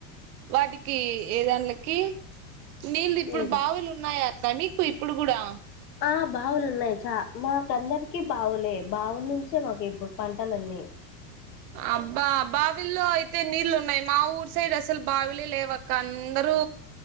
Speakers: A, on the right; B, on the left.
A: వాటికి ఏదాంలకి నీళ్ళు ఇప్పుడు
B: లేదు
A: బావులు ఉన్నాయా దా మీకు ఇప్పుడు కూడా
B: ఆ బావులున్నాయి చ మా అందరికి బావులే బావుల నుంచే మాకు ఇప్పుడు పంటలన్నీ
A: అబ్బా బావిల్లో తే నీళ్లు ఉన్నాయి మా ఊరు సైడ్ అసలు బావిలే లేవ అక్క అందరూ